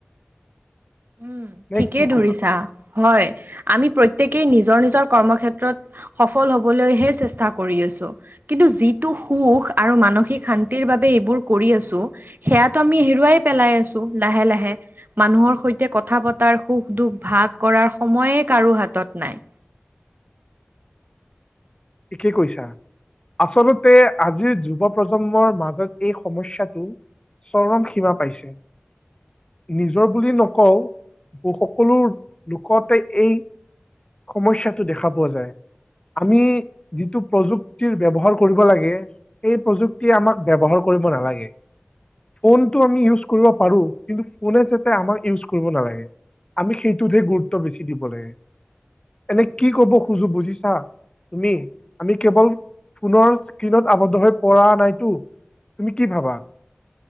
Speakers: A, on the right; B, on the left.
A: উম
B: নে
A: ঠিকেই
B: কি
A: ধৰিছা
B: কোৱা
A: হয় আমি প্ৰত্যেকেই নিজৰ নিজৰ কৰ্মক্ষেত্ৰত সফল হবলৈহে চেষ্টা কৰি আছো কিন্তু যিটো সুখ আৰু মানসিক শান্তিৰ বাবে এইবোৰ কৰি আছো সেয়াতটো আমি হেৰুৱাই পেলাই আছো লাহে লাহে মানুহৰ সৈতে কথা পতাৰ সুখ দুখ ভাগ কৰাৰ সময়ে কাৰো হাতত নাই
B: ঠিকেই কৈছা আচলতে আজিৰ যুৱ প্ৰজন্মৰ মাজত এই সমস্যাটো চৰম সীমা পাইছে নিজৰ বুলি নকওঁ ব সকলো লোকতে এই সমস্যাটো দেখা পোৱা যায় আমি যিটো প্ৰযুক্তিৰ ব্যৱহাৰ কৰিব লাগে এই প্ৰযুক্তি আমাক ব্যৱহাৰ কৰিব নালাগে। ফোনটো আমি ইউজ কৰিব পাৰো কিন্তু ফোনে যাতে আমাৰ ইউজ কৰিব নালাগে। আমি সেইটোতহে গুৰুত্ব বেছি দিব লাগে। এনে কি কব খোজো বুজিছা তুমি আমি কেৱল ফোনৰ স্ক্ৰীণত আৱদ্ধ হৈ পৰা নাইতো তুমি কি ভাবা